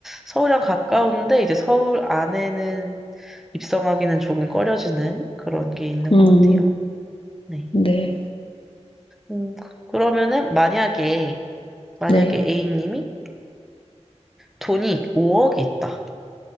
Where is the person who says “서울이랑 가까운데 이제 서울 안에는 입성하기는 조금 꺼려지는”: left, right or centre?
Centre